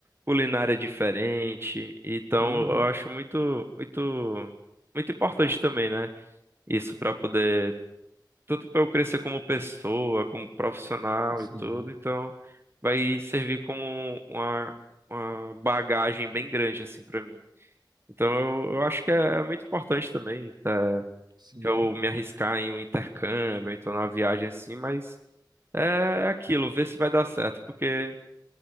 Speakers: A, on the right (about 30°); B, on the right (about 65°).
A: culinária diferente. Então,
B: uhum,
A: eu acho muito, muito, muito importante também, né? Isso para poder, tanto para eu crescer como pessoa, como profissional
B: sim,
A: e tudo. Então, vai servir como uma, uma bagagem bem grande, assim, para mim. Então, eu, eu acho que é, é muito importante também, tá?
B: sim.
A: eu me arriscar em um intercâmbio, então numa viagem assim, mas é é aquilo, ver se vai dar certo, porque